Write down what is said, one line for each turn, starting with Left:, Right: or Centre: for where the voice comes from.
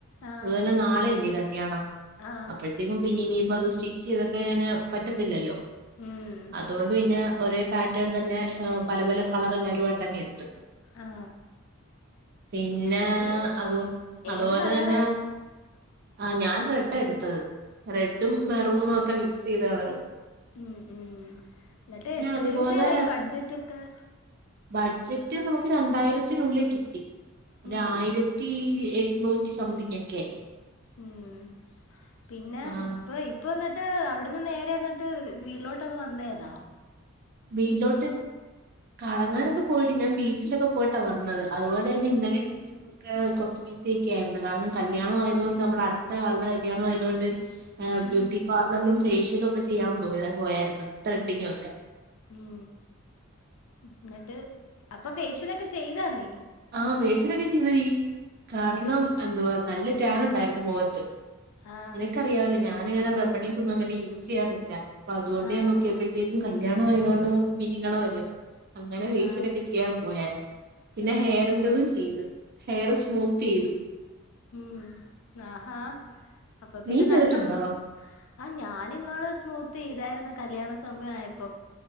Left: ആ
Right: അതുപോലന്നെ നാളെയല്ലേ കല്യാണം
Left: ആ
Right: അപ്പോഴത്തേക്കും പിന്ന ഇനി അപ്പ അത് സ്റ്റിച്ച് ചെയ്തൊക്കെ ഞാന് പറ്റത്തില്ലല്ലോ
Left: ഉം
Right: അതുകൊണ്ട് പിന്നെ ഒരേ പാറ്റേൺ തന്നെ ഏ പല പല കളർ എല്ലരുുംമായിട്ടങ്ങി എടുത്ത്ു
Left: ആ
Right: പിന്നെ
Left: എന്നിട്ട്
Right: അത് അതുപോലെ
Left: ഏത് കളറാ
Right: തന്നെ ആഹ ഞാൻ റെഡാ എടുത്തത് റെഡും മെറൂണും ഒക്കെ മിക്സ് ചെയ്ത് കളർ
Left: ഉ ഉം എന്നിട്ട് എത്ര
Right: അതുപോലെ
Left: രൂപയായി ബഡ്ജറ്റ് ഒക്കെ
Right: ബഡ്ജറ്റ് നമുക്ക് രണ്ടായിരത്തിനുള്ളിൽ കിട്ടി ഒരു
Left: ഉം
Right: ആയിരത്തി ഇരുന്നൂറ്റി സംതിങ് ഒക്കെ ആയി
Left: ഉം പിന്നെ
Right: ആഹ്
Left: ഇപ്പ ഇപ്പൊന്നാ എന്നട്ട് അവിടന്ന് നേരെ എന്നിട്ട് വീട്ടിലോട്ടങ് വന്നേയ്താ
Right: വീട്ടിലോട്ട് കറങ്ങാനൊക്കെ പോയെടി ഞാൻ ബീച്ചിലൊക്കെ പോയിട്ടാ വന്നത് അതുപോലെ തന്നെ ഇന്നലേം
Left: ഉം
Right: മിനങാന്നു ഒക്കെ കുറ ബിസിയൊക്കെ ആയിരുന്നു കാരണം കല്യാണം ആയതുകൊണ്ട് നമ്മുടെ അടുത്ത ആളുടെ കല്യാണം ആതുകൊണ്ട് ആ
Left: ഉം
Right: ബ്യൂട്ടി പാർലറിലും ഫേഷ്യലും ഒക്കെ ചെയ്യാൻ പോയാ പോയരുന്നു ത്രെഡിങ്ങും ഒക്കെ
Left: ഉ എന്നിട്ട് അപ്പൊ ഫേഷ്യലൊക്കെ ചെയ്താ നീ
Right: ആ ഫേഷ്യലൊക്കെ ചെയ്തെടി കാരണം
Left: എടി
Right: എന്തുവാ നല്ല റ്റാൻ
Left: ഉം
Right: ഉണ്ടായിരുന്നു മുഖത്ത്
Left: ആഹ്
Right: നിനക്കറിയാവല്ലോ ഞാനിങ്ങനെ റമെഡീസ് ഒന്നും അങ്ങനെ യൂസ് ചെയ്യാറില്ല അപ്പൊ അതുകൊണ്ട്
Left: ആഹ്
Right: ഞാൻ നോക്കിയപ്പോഴത്തേക്കും കല്യാണ ആതുകൊണ്ട് ഒന്നു മിനുങ്ങണമല്ലോ അങ്ങനെ ഫേഷ്യലൊക്കെ
Left: ആഹ്
Right: ചെയ്യാൻ പോയായിരുന്നു
Left: ആഹ്
Right: ന്റതും ചെയ്ത് ഹെയർ സ്മൂത്ത് ചെയ്ത്
Left: ഉം ആഹാ അപ്പൊ പിന്നെ
Right: നീ ചെയ്തിട്ടുണ്ടോ
Left: നല്ല ആ ഞാൻ ഇന്നാള് സ്മൂത്ത് ചെയ്തായിരുന്നു കല്യാണ സമയായപ്പോ